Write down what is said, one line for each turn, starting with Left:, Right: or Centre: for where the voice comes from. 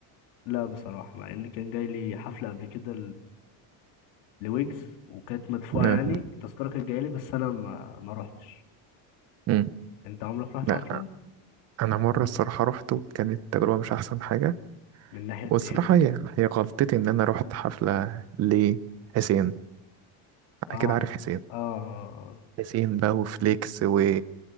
Left: لا بصراحه مع ان كان جاي لي حفله قبل كده لويجز وكانت مدفوعة
Right: مم.
Left: يعني التذكرة كانت جاية لي بس أنا ما ما روحتش
Right: مم.
Left: أنت عمرك رحت
Right: لا
Left: حفلة؟
Right: أنا مرة الصراحة روحته كانت تجربة مش أحسن حاجة
Left: من ناحية
Right: والصراحة
Left: إيه بقى؟
Right: هي هي غلطتي إن أنا روحت حفلة لحسين
Left: آه
Right: أكيد عارف حسين
Left: آه آه. آه.
Right: حسين بقى وفليكس و...